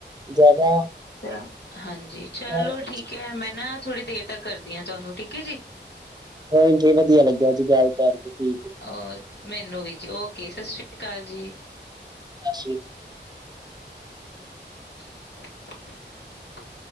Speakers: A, on the right; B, on the left.
A: ਜ਼ਿਆਦਾ
B: ਯਾ ਹਾਂਜੀ ਚਲੋ
A: ਬਾਹਰ ਦਾ
B: ਠੀਕ
A: ਖਾਣ
B: ਹੈ। ਮੈਂ ਨਾ ਥੋੜੀ ਦੇਰ ਤੱਕ ਕਰਦੀ ਹਾਂ, ਤੁਹਾਨੂੰ ਠੀਕ ਹੈ, ਜੀ।
A: ਭੈਣ ਜੀ ਵਧੀਆ ਲੱਗਿਆ ਜੀ ਗੱਲ ਕਰਕੇ ਠੀਕ ਐ
B: ਅ ਮੈਨੂੰ ਵੀ ਜੀ ਓਕੇ, ਸਤਿ ਸ਼੍ਰੀ ਅਕਾਲ ਜੀ।
A: ਸਤਿ ਸ੍ਰੀ
B: <inaudible> <inaudible>